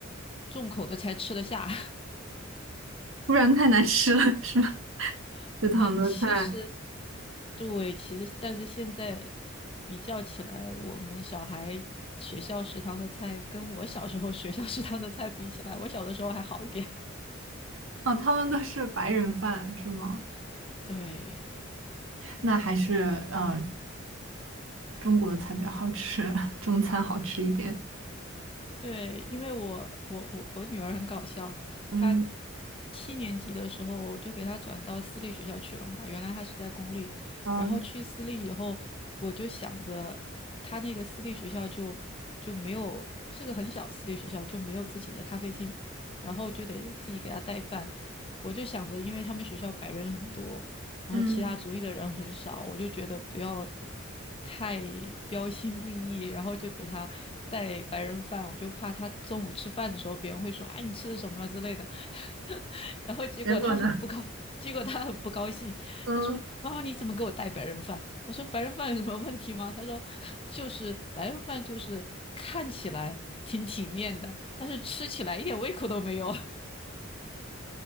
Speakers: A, on the left; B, on the right.
A: 重口的才吃得下。
B: 不然太难吃了，是吧？
A: <laughs>
B: 食堂的菜。
A: 呃，其实对，其实但是现在比较起来，我们小孩学校食堂的菜跟我小时候学校食堂的菜比起来，我小的时候还好一点。
B: <laughs> 哦，他们都是白人饭是吗？
A: <laughs> 对。
B: 那还是呃中国的菜比较好吃，<laughs> 中餐好吃一点。
A: 对，因为我我我我女儿很搞笑，
B: 嗯，
A: 她七年级的时候我就给她转到私立学校去了嘛，原来她是在公立，
B: 哦，
A: 然后去私立以后，我就想着她那个私立学校就就没有，是个很小私立学校，就没有自己的咖啡厅，然后就得自己给她带饭，我就想着，因为他们学校白人很多。然后其他族裔的人很少，
B: 嗯，
A: 我就觉得不要太标新立异，然后就给他带白人饭，我就怕他中午吃饭的时候别人会说，哎，你吃的什么啊之类的，<laughs> 然后结果他很不高，
B: 结果呢？
A: 结果他很不高兴，
B: 嗯，
A: 他说妈妈你怎么给我带白人饭？我说白人饭有什么问题吗？他说就是白人饭就是看起来挺体面的，但是吃起来一点胃口都没有。